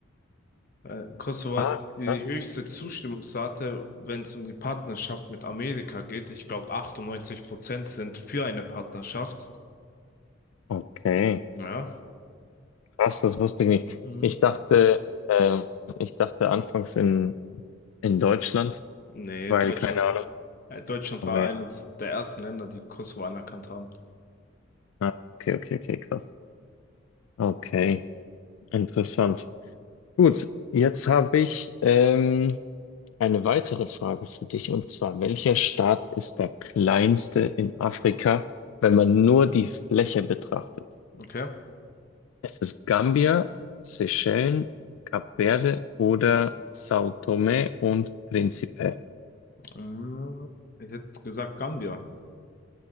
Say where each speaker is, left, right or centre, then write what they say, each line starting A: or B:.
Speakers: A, on the left (about 45°); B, on the left (about 85°).
A: Äh, Kosovo
B: Ah,
A: hat die
B: krass.
A: höchste Zustimmungsrate, wenn es um die Partnerschaft mit Amerika geht. Ich glaube, 98 Prozent sind für eine Partnerschaft.
B: Okay,
A: Ja.
B: krass, das wusste ich nicht.
A: Mhm.
B: Ich dachte, äh, ich dachte anfangs in, in Deutschland,
A: Nee,
B: weil
A: Deutschland,
B: keine Ahnung,
A: äh, Deutschland
B: aber
A: war eines
B: ja.
A: der ersten Länder, die Kosovo anerkannt haben.
B: ah, okay, okay, okay, krass. Okay, interessant. Gut, jetzt habe ich ähm, eine weitere Frage für dich und zwar, welcher Staat ist der kleinste in Afrika, wenn man nur die Fläche betrachtet?
A: Okay.
B: Ist es Gambia, Seychellen, Kap Verde oder São Tomé und Príncipe?
A: Ähm, Ich hätte gesagt Gambia.